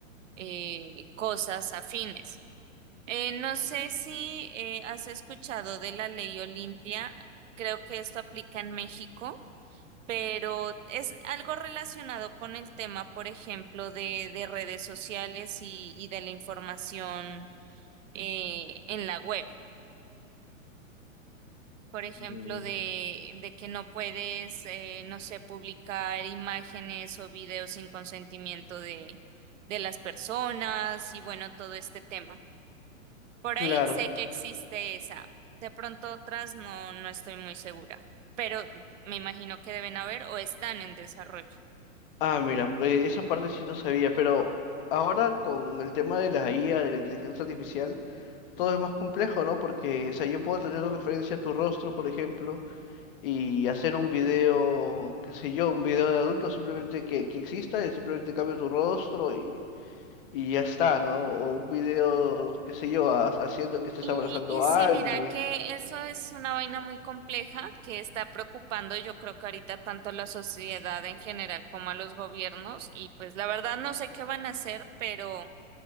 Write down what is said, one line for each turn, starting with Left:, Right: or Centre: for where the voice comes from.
Right: eh, cosas afines. Eh, no sé si eh, has escuchado de la ley Olimpia, creo que esto aplica en México, pero es algo relacionado con el tema, por ejemplo, de, de redes sociales y, y de la información eh, en la web. Por ejemplo,
Left: Mm,
Right: de, de que no puedes, eh, no sé, publicar imágenes o videos sin consentimiento de, de las personas y bueno, todo este tema. Por
Left: Claro.
Right: ahí sé que existe esa. De pronto otras no, no estoy muy segura, pero me imagino que deben haber o están en desarrollo.
Left: Ah, mira, eh, esa parte sí no sabía, pero ahora con el tema de la IA, de la inteligencia artificial, todo es más complejo, ¿no? Porque, o sea, yo puedo tener de referencia tu rostro, por ejemplo, y hacer un video, qué sé yo, un video de adulto simplemente que, que exista, y simplemente cambio tu rostro y, y ya está, ¿no? O un video, qué sé yo, ha- haciendo que estés
Right: Y,
Left: abrazando
Right: y sí,
Left: a alguien.
Right: mira que eso es una vaina muy compleja que está preocupando yo creo que ahorita tanto a la sociedad en general como a los gobiernos y pues la verdad no sé qué van a hacer, pero